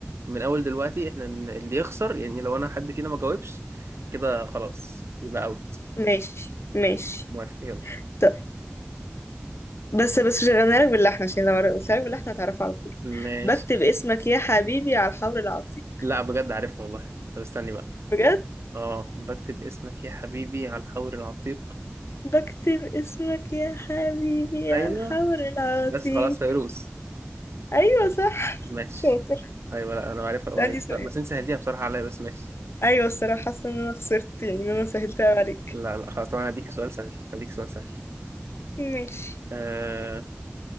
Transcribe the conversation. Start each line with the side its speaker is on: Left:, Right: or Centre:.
Right: من اول دلوقتي احنا ن- اللي يخسر يعني لو انا حد فينا ما جاوبش كده خلاص يبقى اوت
Left: ماشي ماشي
Right: موافق يلا
Left: طيب بس بس مش هغنيها لك باللحن عشان لو قلتها لك باللحن هتعرفها على طول
Right: ماشي
Left: بكتب اسمك يا حبيبي على الحور العتيق
Right: لا بجد عارفها والله طب استني بقى
Left: بجد
Right: اه بكتب اسمك يا حبيبي على الحور العتيق
Left: بكتب اسمك يا حبيبي
Right: ايوه
Left: على الحور العتيق
Right: بس خلاص فيروز
Left: ايوه صح
Right: ماشي
Left: شاطر
Right: ايوه لا انا عارفها
Left: اسألني
Right: الاغنيه دي.
Left: سؤال
Right: لا، بس انت سهلتيها بصراحه عليا بس ماشي
Left: ايوه الصراحة حاسة ان انا خسرت يعني ان انا سهلتها عليك
Right: لا لا خلاص طبعا هديك سؤال سهل هديك سؤال سهل
Left: ماشي
Right: آه